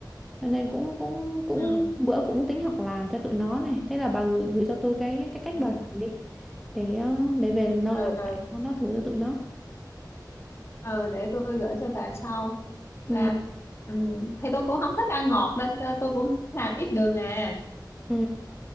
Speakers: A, in the centre; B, on the left.
A: cho nên cũng cũng cũng
B: ừ
A: bữa cũng tính học làm cho tụi nó này thế là bà gửi gửi cho tôi cái cái cách
B: ừ
A: bà làm đi để ờ, để về nấu
B: ừ
A: làm
B: ừ
A: lại món đó thử cho tụi nó
B: ừ để tôi gửi cho bà sau làm
A: ừ
B: thì tôi cũng không thích ăn ngọt nên t- tôi cũng làm ít đường à
A: ừ